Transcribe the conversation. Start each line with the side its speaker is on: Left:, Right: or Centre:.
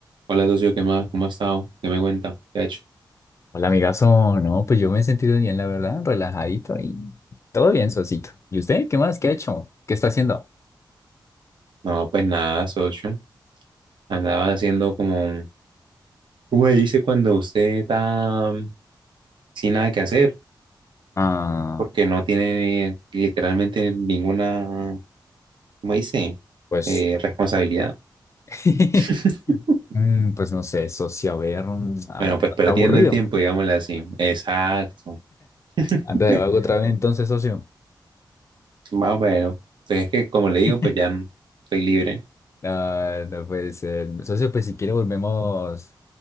Right: Hola, socio, ¿qué más? ¿Cómo ha estado? ¿Qué me cuenta? ¿Qué ha hecho?
Left: Hola, amigazo. No, pues yo me he sentido bien, la verdad, relajadito y todo bien, socito. ¿Y usted? ¿Qué más? ¿Qué ha hecho? ¿Qué está haciendo?
Right: No, pues nada, socio. Andaba haciendo como un... ¿Cómo se dice cuando usted está mm, sin nada que hacer?
Left: Ah,
Right: Porque no tiene literalmente ninguna, ¿cómo dice?
Left: pues,
Right: Eh, responsabilidad.
Left: <laughs>
Right: <laughs>
Left: mm, pues no sé, socio, a ver, mm, abu-
Right: Bueno, pues perdiendo
Left: está aburrido.
Right: el tiempo, digámoslo así. Exacto. <laughs>
Left: Ando de vago otra vez, entonces, socio.
Right: Más o menos. Pues es que, como le digo,
Left: <laughs>
Right: pues ya no- estoy libre.
Left: Ah, no puede ser. Socio, pues si quiere volvemos